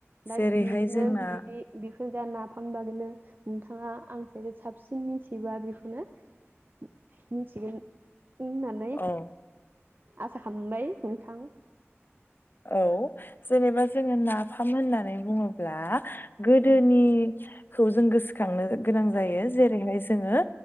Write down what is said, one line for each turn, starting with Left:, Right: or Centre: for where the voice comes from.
Right: दा
Left: जेरैहाय
Right: बिनो
Left: जोंना
Right: बिनि बेखौनो जा नाफाम <unintelligible> बिनो नोंथाङा आं साय साबसिन मिथिबा बेखौनो मिनथिगोन होननानै
Left: औ
Right: आसा खालामबाय नोंथां
Left: औ जेनेबा जोङो नाफाम होननानै बुङोब्ला गोदोनि
Right: औ
Left: खौ जों गोसोखांनो गोनां जायो। जेरैहाय जोङो